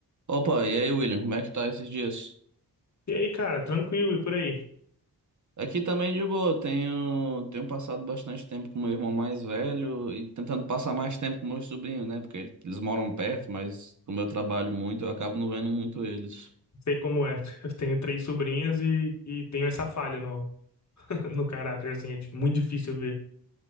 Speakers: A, on the right; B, on the left.
A: Opa, e aí, William, como é que tá esses dias?
B: E aí, cara, tranquilo e por aí?
A: Aqui também de boa, tenho, tenho passado bastante tempo com meu irmão mais velho e tentando passar mais tempo com meus sobrinhos, né? Porque eles moram perto, mas como eu trabalho muito, eu acabo não vendo muito eles.
B: Sei como é. <laughs> Eu tenho três sobrinhas e, e tenho essa falha no, <laughs> no caráter, assim. É di- muito difícil ver